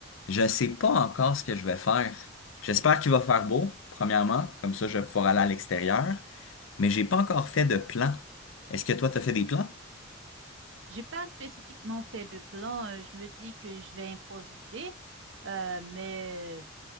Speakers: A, on the left (about 80°); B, on the right (about 70°).
A: Je sais pas encore ce que je vais faire. J'espère qu'il va faire beau, premièrement, comme ça je vais pouvoir aller à l'extérieur, mais j'ai pas encore fait de plan. Est-ce que toi t'as fait des plans?
B: J'ai pas spécifiquement fait de plan. Euh, je me dis que je vais improviser. Euh, mais